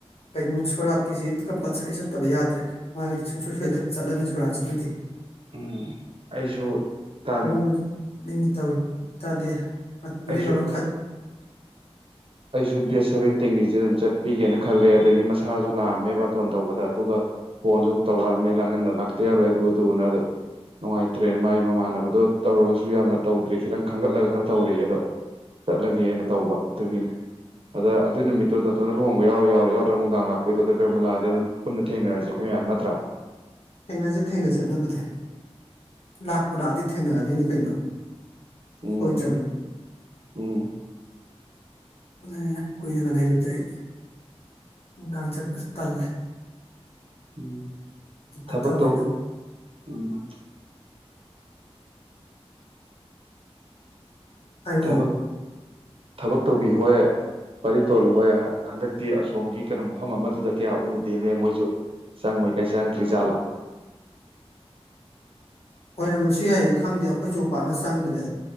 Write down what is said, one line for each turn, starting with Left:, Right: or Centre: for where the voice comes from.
Left: ꯀꯩꯅꯣ ꯁꯣꯔꯥꯠꯀꯤꯁꯤ ꯀꯝꯄꯜꯁꯔꯤ ꯆꯠꯇꯕ ꯌꯥꯗ꯭ꯔꯦ ꯃꯥꯒꯤꯗꯤ ꯁꯨꯡꯁꯣꯏ ꯁꯣꯏꯗꯅ ꯆꯠꯂꯅꯤ ꯁꯣꯔꯥꯠꯁꯤꯃꯗꯤ
Right: ꯎꯝ ꯑꯩꯁꯨ ꯇꯥꯡ
Left: ꯑꯍꯣꯡꯕꯗ ꯇꯧꯔꯤ ꯇꯥꯗꯦ ꯑꯗꯨꯏ
Right: ꯑꯩꯁꯨ
Left: ꯑꯣꯏꯔꯣ ꯈ
Right: ꯑꯩꯁꯨ ꯗꯦꯠ ꯁꯚꯦꯟꯇꯤꯟꯒꯤꯁꯤ ꯑꯗꯨꯝ ꯆꯠꯄꯤꯒꯦꯅ ꯈꯜꯂꯦ ꯑꯗꯒꯤ ꯃꯁꯥꯁꯨ ꯂꯥꯛꯑꯝꯃꯦ ꯕꯥꯇꯣꯟ ꯇꯧꯕꯗ ꯑꯗꯨꯒ ꯐꯣꯟꯁꯨ ꯑꯃꯨꯛ ꯇꯧꯔꯛꯑꯝꯃꯦꯅ ꯉꯟꯅ ꯂꯥꯛꯇ ꯌꯥꯔꯣꯏ ꯑꯗꯨꯗꯨꯕꯨꯅ ꯅꯨꯡꯉꯥꯏꯇ꯭ꯔꯦꯅ ꯃꯥꯒꯤ ꯃꯃꯥꯟꯅꯕꯗꯣ ꯇꯧꯔꯒꯁꯨ ꯌꯥꯝꯅ ꯇꯧꯗ꯭ꯔꯔꯤ ꯈꯤꯇꯪ ꯈꯟꯒꯠꯂꯒ ꯈꯔ ꯇꯧꯔꯛꯑꯦ ꯑꯗꯣ ꯆꯠꯂꯒꯦꯅ ꯇꯧꯕ ꯑꯗꯨꯒꯤꯅꯤ ꯑꯗ ꯑꯗꯨꯏ ꯅꯨꯃꯤꯠꯇꯣ ꯅꯇꯣꯏꯅ ꯂꯨꯍꯣꯡꯕ ꯌꯥꯎꯔ ꯌꯥꯎꯔꯣ ꯌꯥꯎꯗꯔꯣ ꯅꯨꯡꯗꯥꯡ ꯂꯥꯛꯄꯩꯗꯨꯗ ꯀꯔꯤꯒꯨꯝꯕ ꯂꯥꯛꯑꯗꯤ ꯑꯗꯨꯝ ꯄꯨꯟꯅ ꯊꯦꯡꯅꯔꯁꯦ ꯑꯩꯈꯣꯏ ꯃꯌꯥꯝ ꯅꯠꯇ꯭ꯔꯥ
Left: ꯊꯦꯡꯅꯁꯦ ꯊꯦꯡꯅꯁꯦ ꯑꯗꯨꯕꯨꯗꯤ ꯂꯥꯛꯄꯨ ꯂꯥꯛꯑꯗꯤ ꯊꯦꯡꯅꯔꯗꯣꯏꯅꯤ ꯀꯩꯅꯣ
Right: ꯎꯝ
Left: ꯁꯣꯏꯗ꯭ꯔꯕꯗꯤ
Right: ꯎꯝ
Left: ꯅ ꯌꯥꯝ ꯀꯨꯏꯅꯒ ꯂꯩꯔꯨꯗꯦ ꯑꯩ ꯅꯨꯡꯗꯥꯡ ꯆꯠꯄꯁꯨ ꯇꯜꯂꯦ
Right: ꯎꯝ
Left: ꯐꯠꯇꯕꯅꯤꯅ
Right: ꯊꯕ ꯇꯧ ꯎꯝ
Left: ꯍꯥꯏꯔꯛꯑꯣ
Right: ꯊꯕꯛ ꯊꯕꯛ ꯇꯧꯕꯤ ꯍꯣꯏ ꯄꯔꯤ ꯇꯣꯜ ꯍꯣꯏ ꯍꯟꯗꯛꯇꯤ ꯑꯁꯣꯝꯒꯤ ꯀꯩꯅꯣ ꯃꯐꯝ ꯑꯃꯗꯨꯗ ꯀꯌꯥ ꯎꯗꯦꯅꯦ ꯃꯣꯏꯁꯨ ꯆꯪꯉꯣꯏ ꯀꯥꯏ ꯆꯪꯉꯛꯇ꯭ꯔꯤ ꯖꯥꯠꯂꯥ
Left: ꯍ ꯅ ꯃꯁꯨ ꯌꯥꯏꯌꯦ ꯈꯪꯗꯦ ꯑꯩꯈꯣꯏꯁꯨ ꯄꯥꯛꯅ ꯆꯪꯗ꯭ꯔꯦ